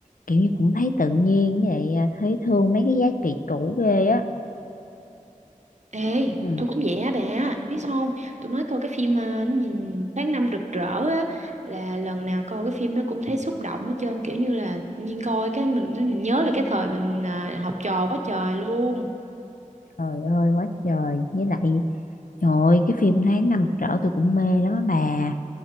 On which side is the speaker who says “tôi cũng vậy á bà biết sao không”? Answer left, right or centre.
Right